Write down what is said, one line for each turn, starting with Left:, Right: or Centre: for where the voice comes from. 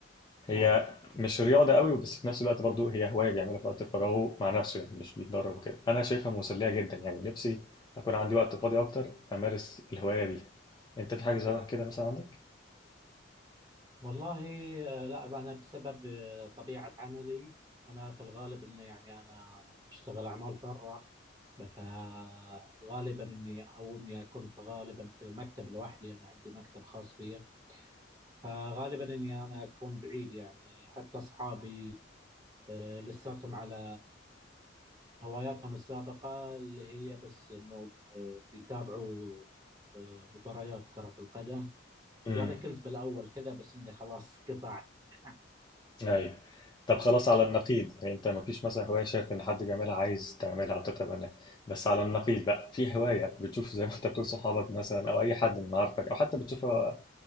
Left: هي
Right: نعم
Left: مش رياضة قوي بس في نفس الوقت برضو هي هواية بيعملها في وقت فراغه مع نفسه يعني مش بيتدرب وكده أنا شايفها مسلية جدا يعني نفسي أكون عندي وقت فاضي أكتر أمارس الهواية دي أنت في حاجة زي كده مثلا
Right: والله آه، لا أنا بسبب آه، طبيعة عملي أنا في الغالب إنه يعني أنا أشتغل أعمال حرة فغالبا اني او اني اكون في غالبا في المكتب لوحدي انا عندي مكتب خاص فيا فغالبا اني انا اكون بعيد يعني حتى اصحابي آه، لساتهم على هواياتهم السابقة اللي هي بس انه آه، بيتابعوا آه، مباريات كرة القدم
Left: عندك؟
Right: وانا كنت بالاول كذا بس اني خلاص قطعت <laughs>
Left: ايوه طب خلاص على النقيض يعني انت ما فيش مثلا هوايه شايف ان حد بيعملها عايز تعملها او تتبناها بس على النقيض بقى في هوايه بتشوف زي ما انت بتقول صحابك مثلا او اي حد من معارفك او حتى بتشوفها